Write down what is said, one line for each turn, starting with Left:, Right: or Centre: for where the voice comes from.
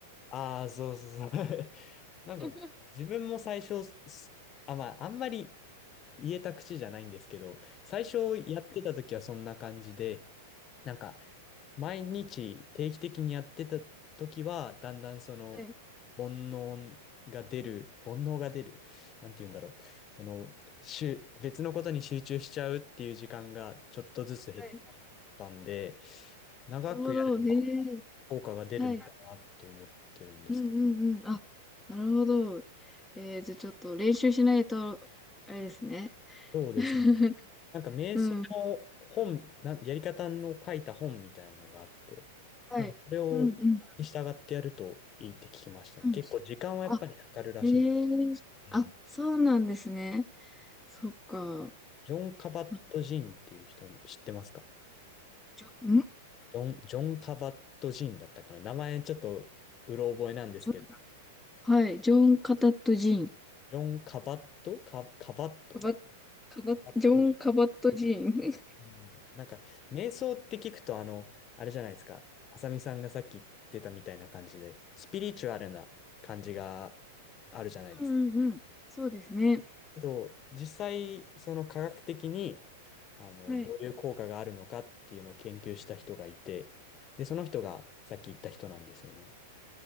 Left: ああ、そうそうそう。<laughs> なんか、
Centre: は
Left: 自分も最初、すあ、まあ、あんまり言えた口じゃないんですけど、最初やってた時はそんな感じで、なんか、毎日定期的にやってた時は、だんだんその、
Centre: い。はい。
Left: 煩悩が出る、煩悩が出る、なんて言うんだろう。その、しゅ別のことに集中しちゃうっていう時間がちょっとずつ減っ
Centre: はい
Left: たんで、長くやれば
Centre: なるほど。へえ。
Left: 効果が出るのかなって思ってるんですけど。
Centre: はい。うんうんうん。あ、なるほど。えー、じゃあちょっと練習しないと、あれですね。
Left: そうですね。
Centre: <laughs>
Left: なんか瞑想の本、
Centre: うん。
Left: なんやり方の書いた本みたいなのがあって、
Centre: はい。
Left: なんかそれをに従ってやるといいって聞きましたね。
Centre: うんうん。うん
Left: 結構時間はやっぱりかかるらしいんです。
Centre: あ、へえ。
Left: うん。
Centre: あ、そうなんですね。そっか。
Left: ジョン・カバット・
Centre: なんか
Left: ジンっていう人知ってますか
Centre: ジョ、ん
Left: ジョン、ジョン・カバット・ジンだったかな。名前ちょっとうろ覚えなんですけど、
Centre: ジョンはい、ジョン・カタット・ジーン。
Left: ジョン・カバット、カ、カバット、
Centre: カバッ、カバッ、
Left: カバット
Centre: ジョン・カバット・ジーン。<laughs>
Left: うんなんか、瞑想って聞くと、あの、あれじゃないですか。あさみさんがさっき言ってたみたいな感じで、スピリチュアルな感じがあるじゃないですか。
Centre: うんうんうん。そうですね。
Left: けど、実際、その科学的に、あの、
Centre: はい。
Left: どういう効果があるのかっていうのを研究した人がいて、で、その人がさっき言った人なんですよね。